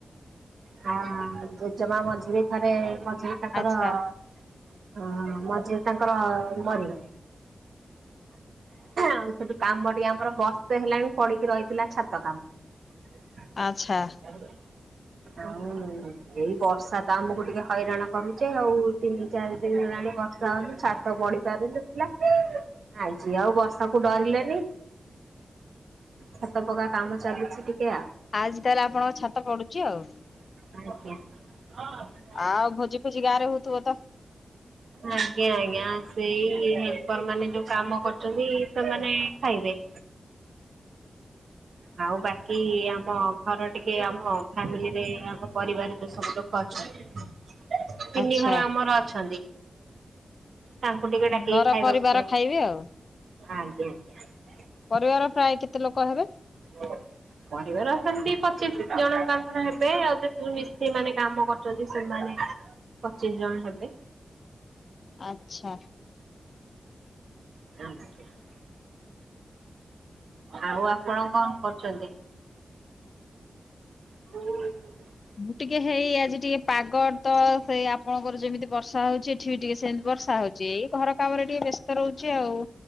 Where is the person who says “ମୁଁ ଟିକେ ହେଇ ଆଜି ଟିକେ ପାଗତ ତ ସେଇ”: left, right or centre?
Left